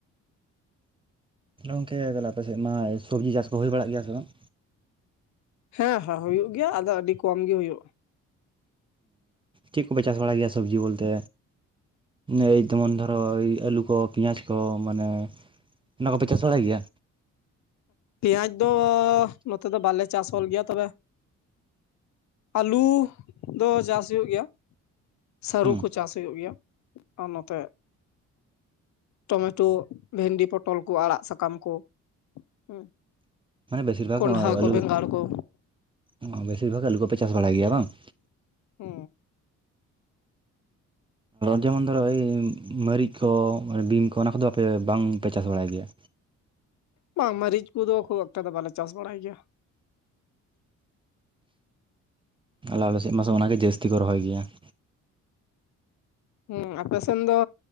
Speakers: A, on the right; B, on the left.
A: ᱛᱟᱦᱚᱞᱮ ᱜᱚᱝᱠᱮ ᱛᱟᱦᱚᱞᱮ ᱢᱟ ᱥᱚᱵᱡᱤ ᱪᱟᱥ ᱠᱚ ᱦᱩᱭ ᱵᱟᱲᱟᱜ ᱜᱮᱭᱟ ᱥᱮ ᱵᱟᱝ?
B: ᱦᱮᱸ ᱦᱮᱸ ᱦᱩᱭᱩᱜ ᱜᱮᱭᱟ ᱟᱫᱚ ᱟᱹᱰᱤ ᱠᱚᱢ ᱜᱮ ᱦᱩᱭᱩᱜ-ᱟ᱾
A: ᱪᱮᱫ ᱠᱚᱯᱮ ᱪᱟᱥ ᱵᱟᱲᱟᱭ ᱜᱮᱭᱟ ᱥᱚᱵᱡᱤ ᱵᱚᱞᱛᱮ ᱚᱭ ᱡᱮᱢᱚᱱ ᱫᱷᱚᱨᱚ ᱟᱹᱞᱩ ᱠᱚ ᱯᱮᱸᱭᱟᱡ ᱠᱚ ᱢᱟᱱᱮ ᱚᱱᱟ ᱠᱚᱯᱮ ᱪᱟᱥ ᱵᱟᱲᱟᱭ ᱜᱮᱭᱟ?
B: ᱯᱮᱸᱭᱟᱡ ᱫᱚ ᱱᱚᱛᱮ ᱫᱚ ᱵᱟᱞᱮ ᱪᱟᱥ <unintelligible> ᱜᱮᱭᱟ ᱛᱚᱵᱮ ᱟᱞᱩ ᱫᱚ ᱪᱟᱥ ᱦᱩᱭᱩᱜ ᱜᱮᱭᱟ᱾ ᱥᱟᱹᱨᱩ
A: ᱦᱩᱸ
B: ᱠᱚ ᱪᱟᱥ ᱦᱩᱭᱩᱜ ᱜᱮᱭᱟ, ᱟᱨ ᱱᱚᱛᱮ ᱴᱚᱢᱮᱴᱳ ᱵᱷᱮᱱᱰᱤ ᱯᱚᱴᱚᱞ ᱠᱚ ᱟᱲᱟᱜ ᱥᱟᱠᱟᱢ ᱠᱚ ᱦᱮᱸ᱾
A: ᱢᱟᱱᱮ ᱵᱮᱥᱤᱨ ᱵᱷᱟᱜᱽ
B: ᱠᱚᱸᱰᱦᱟ
A: ᱟᱹᱞᱩ
B: ᱠᱚ ᱵᱮᱝᱜᱟᱲ ᱠᱚ,
A: <unintelligible> ᱵᱮᱥᱤᱨ ᱵᱷᱟᱜᱽ ᱟᱞᱩ ᱠᱚᱯᱮ ᱪᱟᱥ ᱵᱟᱲᱟᱭ ᱜᱮᱭᱟ ᱵᱟᱝ?
B: ᱦᱮᱸ,
A: ᱡᱮᱢᱚᱱ ᱫᱷᱚᱨᱚ ᱳᱭ ᱢᱟᱹᱨᱤᱪ ᱠᱚ ᱵᱤᱢ ᱠᱚ ᱚᱱᱟ ᱠᱚᱫᱚ ᱟᱯᱮ ᱵᱟᱝᱯᱮ ᱪᱟᱥ ᱵᱟᱲᱟᱭ ᱜᱮᱭᱟ?
B: ᱵᱟᱝ ᱢᱟᱹᱨᱤᱪ ᱠᱚᱫᱚ ᱠᱷᱩᱵ ᱮᱠᱴᱟ ᱫᱚ ᱵᱟᱞᱮ ᱪᱟᱥ ᱵᱟᱲᱟᱭ ᱜᱮᱭᱟ ᱾
A: ᱟᱞᱮ ᱥᱮᱫ ᱢᱟᱥᱮ ᱚᱱᱟᱜᱮ ᱡᱟᱹᱥᱛᱤ ᱠᱚ ᱨᱚᱦᱚᱭ ᱜᱮᱭᱟ ᱾
B: ᱦᱮᱸ ᱟᱯᱮ ᱥᱮᱱ ᱫᱚ